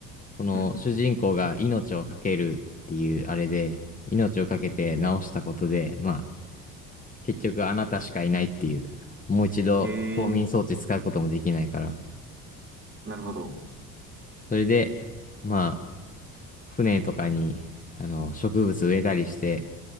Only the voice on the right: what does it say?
うん。
へえ、なるほど。